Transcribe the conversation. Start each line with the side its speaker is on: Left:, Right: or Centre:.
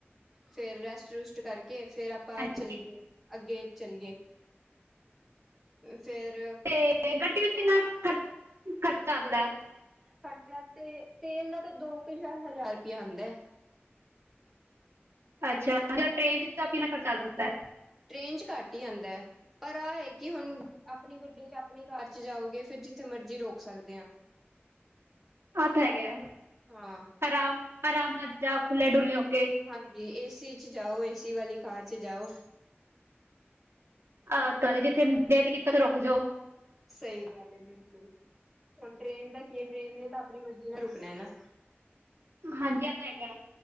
Centre: ਫਿਰ ਰੈਸਟ ਰੂਸਟ ਕਰਕੇ ਫਿਰ ਆਪਾਂ
Right: ਹਾਂਜੀ,
Centre: ਚੱਲੀਏ। ਅੱਗੇ ਚਲੀਏ ਫੇਰ
Right: ਅਤੇ ਗੱਡੀ ਵਿੱਚ
Centre: ਫੇਰ
Right: ਕਿੰਨਾ ਖਰ ਖਰਚਾ ਆਂਦਾ ਏ।
Centre: ਖ਼ਰਚਾ ਤੇ ਤੇਲ ਦਾ ਤਾਂ ਦੋ ਕੁਾਰ ਹਜ਼ਾਰ ਰੁਪਇਆ ਆਂਦਾ ਏ।
Right: ਅੱਛਾ ਟ੍ਰੇਨ ਚ ਕਿੰਨਾ ਖਰਚਾ ਆਂਦਾ ਏ।
Centre: ਟ੍ਰੇਨ 'ਚ ਘੱਟ ਹੀ ਆਂਦਾ ਹੈ। ਪਰ ਆਹ ਹੈ ਕਿ ਹੁਣ ਆਪਣੀ ਗੱਡੀ ਚ ਆਪਣੀ ਕਾਰ ਚ ਜਾਓਗੇ ਫਿਰ ਜਿੱਥੇ ਮਰਜ਼ੀ ਰੋਕ ਸਕਦੇ ਆਂ।
Right: ਆਹ ਪੈ ਗਿਆ
Centre: ਹਾਂ
Right: ਆਰਾਮ ਆਰਾਮ ਨਾਲ ਜਾਓ ਖੁੱਲੇ ਡੁਲੇ ਹੋ ਕੇ।
Centre: ਹਾਂਜੀ ਇਸੀ ਚ ਜਾਓ ਏਸੀ ਵਾਲੀ ਕਾਰ ਚ ਜਾਓ।
Right: ਆ ਤੁਹਾਡੇ ਜਿੱਥੇ ਦਿਲ ਕੀਤਾ ਤਾਂ ਰੁਕ ਜਾਓ।
Centre: ਸਹੀ ਗੱਲ ਏ ਬਿਲਕੁਲ ਹੁਣ ਟਰੇਨ ਦਾ ਕੀ ਏ ਟ੍ਰੇਨ ਨੇ ਤਾਂ ਆਪਣੀ ਮਰਜੀ ਨਾਲ ਰੁਕਣਾ ਹੈ ਨਾ।
Right: ਹਾਂਜੀ ਆ ਪੈ ਗਿਆ।